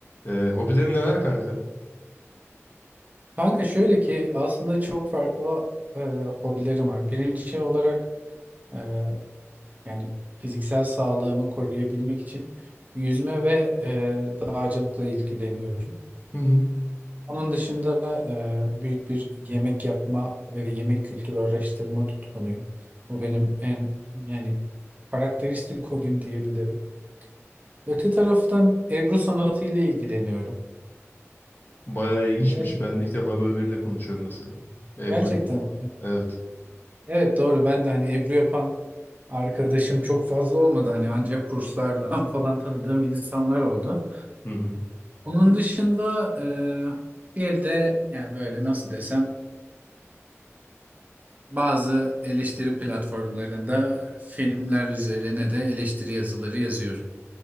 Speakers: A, on the left; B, on the right.
A: Ee, hobilerin neler kanka?
B: Kanka şöyle ki aslında çok farklı e, hobilerim var. Birinci şey olarak e, yani fiziksel sağlığımı koruyabilmek için yüzme ve e, dağcılıkla ilgileniyorum.
A: Hı hı.
B: Onun dışında e, büyük bir yemek yapma ve yemek kültürü araştırma tutkunuyum. Bu benim en yani karakteristik hobim diyebilirim. Öte taraftan Ebru sanatı ile ilgileniyorum.
A: Bayağı ilginçmiş.
B: Ve
A: Ben de ilk defa böyle biriyle konuşuyorum mesela. Ebru
B: gerçekten
A: yapıyor. Evet.
B: Evet doğru ben de hani Ebru yapan arkadaşım çok fazla olmadı hani ancak kurslardan <laughs> falan tanıdığım insanlar oldu.
A: Hı hı.
B: Onun dışında e, bir elde yani böyle nasıl desem bazı eleştiri platformlarında filmler üzerine de eleştiri yazıları yazıyorum.